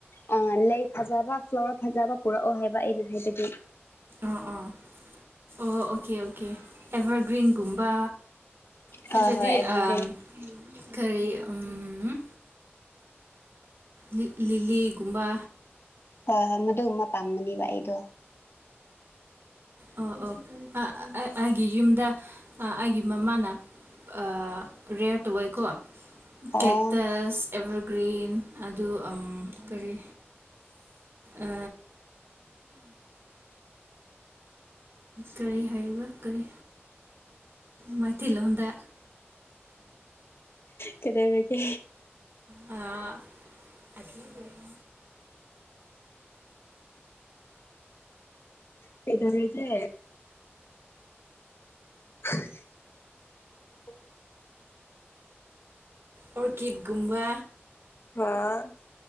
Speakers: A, on the left; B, on the right.
A: ꯑ ꯂꯩ ꯐꯖꯕ ꯐ꯭ꯂꯋꯔ ꯐꯖꯕ ꯄꯨꯔꯛꯑꯣ ꯍꯥꯏꯕ ꯑꯩꯅ ꯍꯥꯏꯕꯗꯤ
B: ꯑꯣꯥ ꯑꯣꯥ ꯑꯣ ꯑꯣꯀꯦ ꯑꯣꯀꯦ ꯑꯦꯚꯔꯒ꯭ꯔꯤꯟꯒꯨꯝꯕ ꯅꯠꯇꯔꯥꯗꯤ
A: ꯍꯣꯏ ꯍꯣꯏ ꯑꯦꯚꯔꯒ꯭ꯔꯤꯟ
B: ꯑꯝ ꯀꯔꯤ ꯎꯝ ꯂꯤꯛꯂꯤꯂꯤ ꯒꯨꯝꯕ
A: ꯍꯣꯏ ꯍꯣꯏ ꯃꯗꯨꯝ ꯄꯥꯝꯕꯅꯦꯕ ꯑꯩꯗꯣ
B: ꯑꯣ ꯑꯣ ꯑꯩꯒꯤ ꯌꯨꯝꯗ ꯑꯩꯒꯤ ꯃꯃꯥꯅ ꯑ ꯔꯦꯌꯔ ꯇꯧ ꯑꯣꯏꯦꯀꯣ
A: ꯑꯣ
B: ꯀꯦꯛꯇꯁ ꯑꯦꯕꯔꯒ꯭ꯔꯤꯟ ꯑꯗꯨ ꯑꯝ ꯀꯔꯤ ꯑ ꯀꯔꯤ ꯍꯥꯏꯕ ꯀꯔꯤ ꯃꯩꯇꯩꯂꯣꯟꯗ
A: ꯀꯩꯗꯧꯔꯒꯦ
B: ꯑ <unintelligible>
A: ꯀꯩꯗꯧꯔꯤꯒꯦ <unintelligible>
B: ꯑꯣꯔꯀꯤꯠ ꯒꯨꯝꯕꯥ
A: ꯍꯥꯥ